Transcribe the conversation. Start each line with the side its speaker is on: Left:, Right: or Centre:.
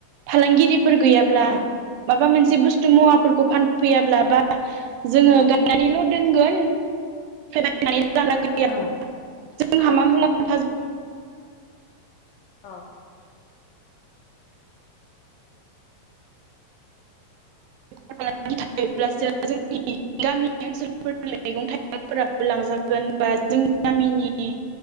Right: फालांगिरिफोर गैयाब्ला
Left: औ
Right: माबा मोन जि बुसथु मुवाब फोरखौ फानफैयाब्ला बा जोङो गायानानैल' दोनगोन <unintelligible> <unintelligible>
Left: औ
Right: जोंहा मा मुलाम्फा
Left: औ
Right: <unintelligible> थायोब्लास जोंनि गामि ओनसोलफोर मैगं थाइगंफोराबो लांजागोन बा जोंनि गामिनि